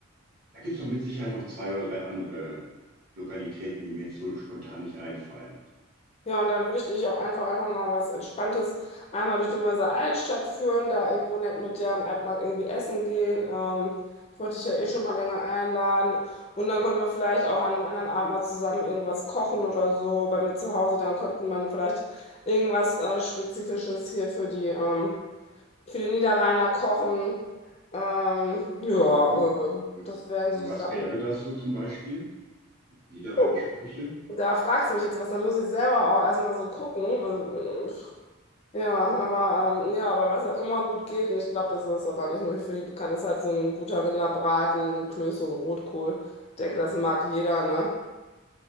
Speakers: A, on the right; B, on the left.
A: da gibt es noch mit Sicherheit noch zwei oder drei andere Lokalitäten, die mir jetzt so spontan nicht einfallen.
B: Ja, und dann würde ich dich auch einfach, einfach mal was Entspanntes einmal durch die Mörser Altstadt führen, da irgendwo nett mit dir am Altmarkt irgendwie essen gehen. Ähm, ich wollte dich ja eh schon mal länger einladen. Und dann können wir vielleicht auch an einem anderen Abend mal zusammen irgendwas kochen oder so bei mir zu Hause. Dann könnten man vielleicht irgendwas äh, Spezifisches hier für die, ähm, für die Niederrheiner kochen. Ähm, ja,
A: Hm.
B: äh,
A: Hm.
B: das wären
A: Und
B: so die
A: Was
B: Sachen.
A: wäre das so zum Beispiel? Niederrheinische
B: Puh.
A: Küche?
B: Da fragst du mich jetzt was, da muss ich selber auch erstmal so gucken. Also, äh, Ja, aber ähm, ja, aber was ja immer gut geht, und ich glaube, das ist aber nicht nur für die bekannt, ist halt so ein guter Rinderbraten, und Klöße und Rotkohl. Ich denke, das mag jeder, ne?